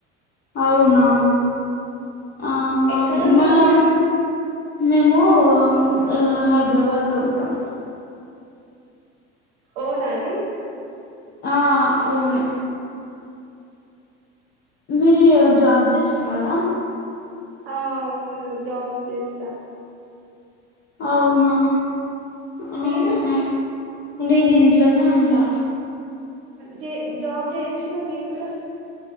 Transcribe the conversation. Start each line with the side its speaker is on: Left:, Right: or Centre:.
Left: అవునా. ఆహా
Right: ఎక్కడుంటారు
Left: మళ్ళా
Right: మీరు
Left: మేము. ఆహ్ హైదరాబాద్ లో ఉంటాం.
Right: ఓనాది.
Left: ఆహ్ ఓనే. మీరు జబ్ చేస్తున్నారా.
Right: ఆహ్ అవును జాబ్ చేస్తా.
Left: అవునా. ఆహ.
Right: మీరు
Left: నేను ఇంట్లోనే ఉంటా.
Right: జే జాబ్ చేయొచ్చుగా మీరు కూడా.